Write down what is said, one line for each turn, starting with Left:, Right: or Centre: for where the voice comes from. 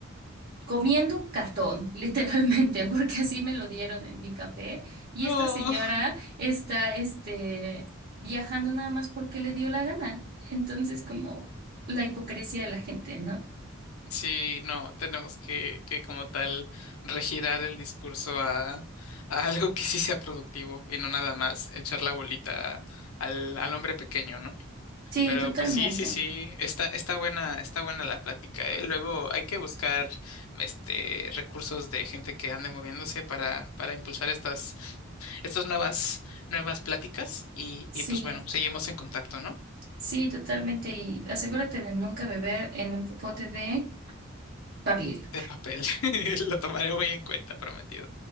Right: comiendo cartón, <laughs> literalmente, porque así me lo dieron en mi café, y
Left: No.
Right: esta señora está, este, viajando nada más porque le dio la gana. Entonces, como la hipocresía de la gente, ¿no?
Left: Sí, no, tenemos que, que como tal regirar el discurso a, a algo que sí sea productivo y no nada más echar la bolita al, al hombre pequeño, ¿no?
Right: Sí,
Left: Pero
Right: totalmente.
Left: pues sí, sí, sí, está, está buena, está buena la plática, ¿eh? Luego hay que buscar este recursos de gente que ande moviéndose para, para impulsar estas, estas nuevas, nuevas pláticas y,
Right: Sí,
Left: y pues bueno, seguimos en contacto, ¿no?
Right: sí, totalmente. Y asegúrate de nunca beber en un popote de papel.
Left: De papel. <laughs> Lo tomaré muy en cuenta, prometido.